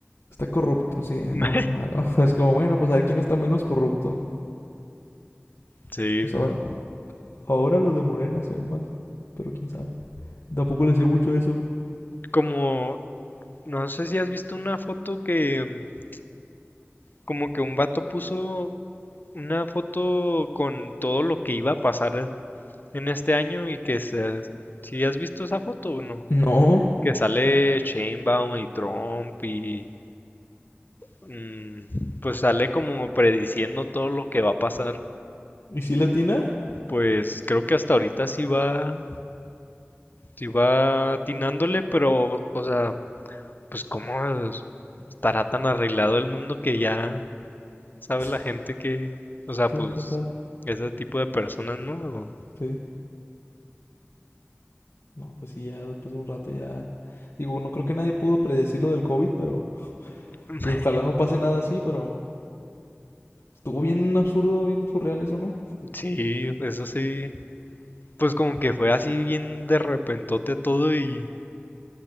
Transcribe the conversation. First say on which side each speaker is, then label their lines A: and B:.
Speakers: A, on the left; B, on the left.
A: Está corrupto, sí,
B: <laughs>
A: no, <laughs> no, no. Es como, bueno, pues a ver quién está menos corrupto.
B: Sí,
A: Pues
B: pero
A: ahora, ahora los de Morena se ven más. Pero quién sabe. Tampoco le sé mucho eso.
B: como no sé si has visto una foto que mm, como que un vato puso una foto con todo lo que iba a pasar en este año y que se, si has visto esa foto o no,
A: No.
B: que sale Sheinbaum y Trump y Mm, pues sale como prediciendo todo lo que va a pasar.
A: ¿Y si latina?
B: Pues creo que hasta ahorita sí va, sí va atinándole, pero, o sea, pues cómo estará tan arreglado el mundo que ya sabe
A: <sniffs>
B: la gente que, o sea,
A: ¿Qué
B: pues
A: va a pasar?
B: ese tipo de personas, ¿no?
A: Sí. No, pues sí, ya después de un rato ya. Digo, no creo que nadie pudo predecir lo del COVID, pero.
B: <laughs>
A: Y ojalá no pase nada así, pero. Estuvo bien absurdo, bien surreal eso, ¿no?
B: Sí, eso sí, pues como que fue así bien de repentote todo y